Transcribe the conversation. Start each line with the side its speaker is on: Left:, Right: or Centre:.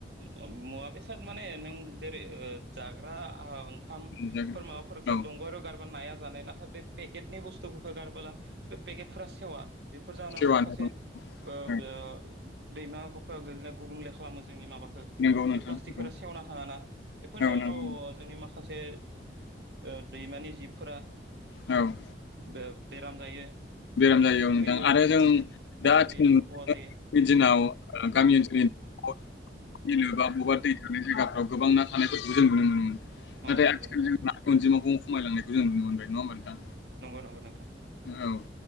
Right: मुवा बेसाद माने नों जेरै ओ जाग्रा आं खाम
Left: नुजागोन
Right: फोर माबाफोरखो
Left: औ
Right: दंग आरो गारबा नाया जानाय ना खा बे पेकेटनि बुस्थुफोर होगारबोला बे पेकेटफोरा सेवा बेफोर जाउनाव
Left: सैथोआनो
Right: माखासे् दैमा
Left: औ
Right: गफायाव गोलैना गुबुंले खालामो जोंनि माबा फोर
Left: नंगौ नोंथां
Right: बे प्लास्टिकफोरा
Left: औ
Right: सेवना थाङाना बेफोर जाहोनाव
Left: औ नंगौ
Right: ओ
Left: नों
Right: जोंनि माखा खासे ओ दैमानि जिबफोरा
Left: औ
Right: बेराम जायो
Left: बेराम जायो औ नोंथां
Right: थैयो
Left: आरो
Right: माखासे
Left: जों
Right: खहा
Left: दा आथिखा
Right: जायो जिउ खहा जायो
Left: बि दिनाव गामि ओनसोलनि बिलो बा बबेबा दै थांनाय जायगाफ्राव गोबां ना थानायफोरखौ जों नुनो मोनोमोन
Right: अ
Left: नाथाय
Right: नंगौ
Left: आथिखालि
Right: नोंथां
Left: जों ना अनजिमाखौ खमायलांनायखौ जों नुनो मोनबाय नङा होमबा नोंथां
Right: नंगौ नंगौ नोंथां
Left: औ